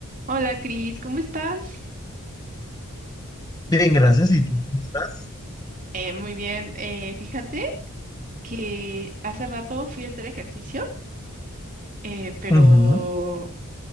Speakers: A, on the right; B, on the left.
A: Hola Cris, ¿cómo estás?
B: Bien, gracias. ¿Y tú cómo estás?
A: Eh, muy bien, eh, fíjate que hace rato fui a hacer ejercicio, eh, pero,
B: Ujú.